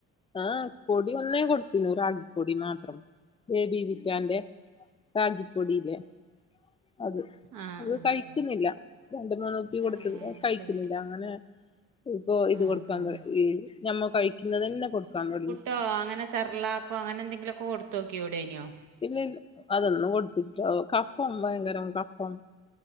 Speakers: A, on the left; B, on the right.
A: ആഹ് പൊടി ഒന്നേകൊട്ത്തിനു റാഗിപ്പൊടി മാത്രം ബേബി വിറ്റാന്റെ റാഗിപൊടി ല്ലെ അത്
B: ആഹ് ആഹ്
A: അത് കഴിക്ക്ന്നില്ല
B: ആഹ്
A: രണ്ട് മൂന്ന് കുപ്പി
B: ഏഹ്
A: കൊടുത്ത് കഴിക്കുന്നില്ല
B: ശരി
A: അങ്ങനെ ഇപ്പൊ ഇത്കൊട്ക്കാന്തൊട്ങ്ങി
B: ആഹ് ആഹ്
A: ഞമ്മ കഴിക്കുന്നതന്നെ കൊട്ക്കാന്തൊട്ങ്ങി
B: ഓഹ് അങ്ങനെ സെർല്ല ർക്കൊ അങ്ങനെന്തെങ്കിലൊക്ക കൊട് തൊക്ക്യുടെനിയോ
A: ഇല്ല ഇല്ല അതൊന്നും കൊടുത്തില്ല കഫം ഭയങ്കരം കഫം